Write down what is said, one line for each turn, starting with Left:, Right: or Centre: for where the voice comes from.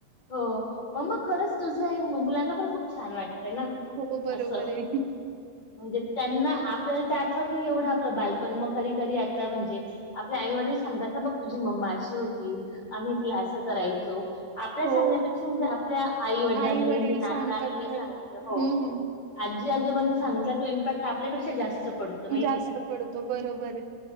Left: हो. मम्मा खरंच तुझं मुलांना पण खूप छान वाटतं.
Right: हो, बरोबर
Left: अस, म्हणजे
Right: आहे.
Left: त्यांना. आपल्याला ते आठवात नाही एवढं आपलं बालपण मग कधी कधी आता म्हणजे आपले आई वडील सांगतात ना, बघ तुझी मम्मा अशी होती. कि आम्ही तिला असं करायचो. आपल्या
Right: हो,
Left: सांगण्यापेक्षा म्हणजे आपल्या आई वडिलांनी
Right: आई-वडील
Left: जे दादा,
Right: सांगतात
Left: दादी हे
Right: तर
Left: सांगितलं हो.
Right: हं,
Left: आजी, आजोनी सांगितला तो इम्पॅक्ट आपल्यापेक्षा जास्त. पडतो माहितीये
Right: जास्त
Left: का?
Right: पडतो बरोबर आहे.